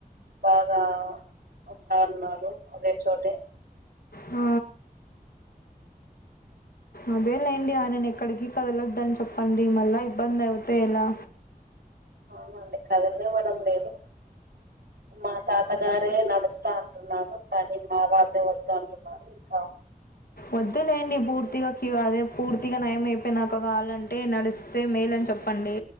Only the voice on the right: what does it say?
బాగా ఉంటాన్నాడు ఒకే చోటే
అవునండి కదలినివ్వడం లేదు. మా తాతగారే నడుస్తా అంటున్నాడు. కానీ మా వాళ్ళే వద్దు అంటున్నారు. ఇంకా